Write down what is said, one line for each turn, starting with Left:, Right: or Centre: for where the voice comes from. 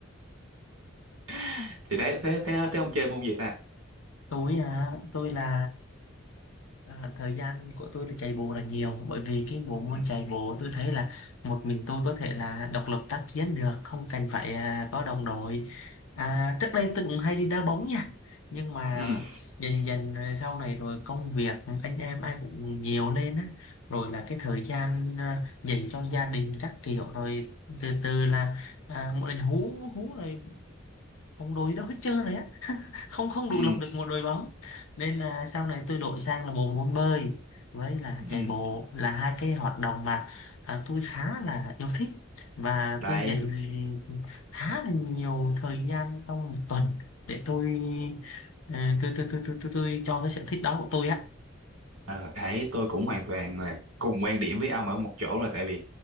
Right: <laughs> thì đấy thế thế thế ông chơi môn gì ta
Left: tôi à tôi là à, thời gian của tôi là chạy bộ là nhiều bởi vì cái bộ môn
Right: ừ
Left: chạy bộ tôi thấy là một mình tôi có thể là độc lập tác chiến được không cần phải à, có đồng đội à, trước đây tôi cũng hay đi đá bóng nha nhưng mà
Right: ừ
Left: dần dần rồi sau này rồi công việc anh em ai cũng nhiều lên á rồi là cái thời gian à, dành cho gia đình các kiểu rồi từ từ là à, mọi người hú hú rồi bóng đuối đâu hết trơn rồi á không không
Right: ừ
Left: đủ lập được một đội bóng nên là sau này tôi đổi sang là bộ môn bơi với là
Right: ừ
Left: chạy bộ là hai cái hoạt động mà à, tôi khá là yêu thích và
Right: đấy
Left: tôi dành khá là nhiều thời gian trong một tuần để tôi ờ, tôi tôi tôi tôi, tôi, tôi cho cái sở thích đó của tôi á
Right: Ờ, đấy tôi cũng hoàn toàn là cùng quan điểm với ông ở một chỗ rồi tại vì